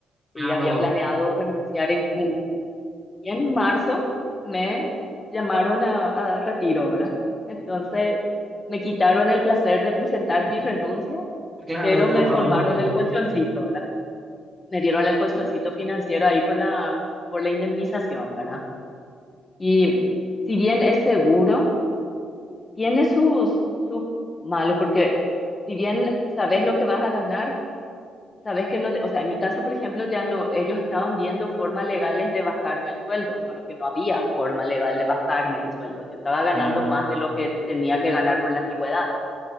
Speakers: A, on the left; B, on the right.
A: Y
B: Claro,
A: había planeado renunciar en junio. Y en marzo me llamaron a, a retiro, ¿verdad? Entonces me quitaron el placer de presentar mi renuncia,
B: claro,
A: pero
B: te
A: me
B: ahorraron
A: formaron
B: un problema.
A: el colchoncito, ¿verdad? Me dieron el colchoncito financiero ahí por la, por la indemnización, ¿verdad? Y si bien es seguro, tiene sus, sus malos, porque si bien sabes lo que vas a ganar, sabes que no, te- o sea, en mi caso, por ejemplo, ya no, ellos estaban viendo formas legales de bajarme el sueldo, solo que no había forma legal de bajarme el sueldo. Yo estaba ganando
B: Claro,
A: más de lo que tenía que ganar por la antigüedad.